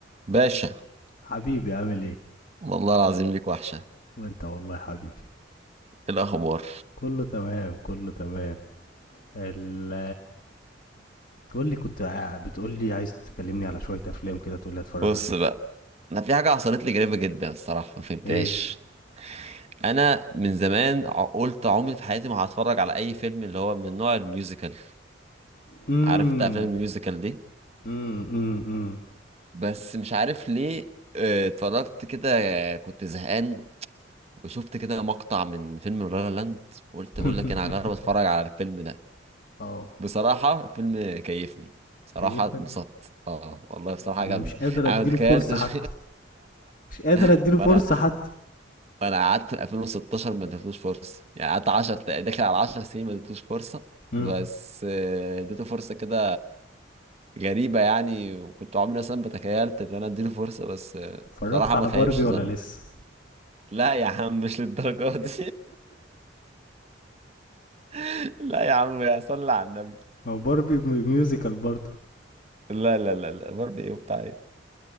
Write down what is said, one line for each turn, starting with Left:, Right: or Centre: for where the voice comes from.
Right: باشا
Left: حبيبي عامل ايه
Right: والله العظيم ليك وحشة إيه
Left: وانت والله حبيبي
Right: الأخبار
Left: كله تمام كله تمام ال قول لي كنت بتقول لي عايز تكلمني على شوية افلام كده تقول لي اتفرج
Right: بص
Left: عليها
Right: بقى أنا في حاجة حصلت لي غريبة جدا الصراحة ما فهمتهاش
Left: ايه
Right: أنا من زمان ع- قلت عمري في حياتي ما هتفرج على أي فيلم اللي هو من نوع الميوزيكال
Left: امم
Right: عارف أنت أفلام الميوزيكال دي
Left: امم امم
Right: بس مش عارف ليه آه، اتفرجت كده آه، كنت زهقان وشفت كده مقطع من فيلم لا لا لاند وقلت
Left: <laughs>
Right: بقول لك أنا هجرب أتفرج على الفيلم ده
Left: اه
Right: بصراحة الفيلم كيفني بصراحة
Left: كيفك
Right: اتبسطت اه والله بصراحة
Left: انا
Right: عجبني
Left: مش قادر
Right: انا
Left: اديله
Right: ما تخيلتش
Left: فرصة حتى مش قادر
Right: <laughs>
Left: اديله
Right: فانا
Left: فرصة حتى
Right: فانا قعدت من 2016 ما اديتلوش فرصة يعني قعدت 10 تق- داخل على 10 سنين ما اديتلوش فرصة
Left: امم
Right: بس آه، اديته فرصة كده غريبة يعني وكنت عمري اصلا ما تخيلت ان انا اديله فرصة بس آه،
Left: اتفرجت
Right: بصراحة
Left: على
Right: ما خيبش
Left: باربي ولا
Right: ظني
Left: لسه
Right: لا يا عم مش للدرجة دي <laughs> لا يا عم يا صلي على النبي
Left: هو باربي م- ميوزيكال برضه
Right: لا لا لا لا باربي ايه وبتاع ايه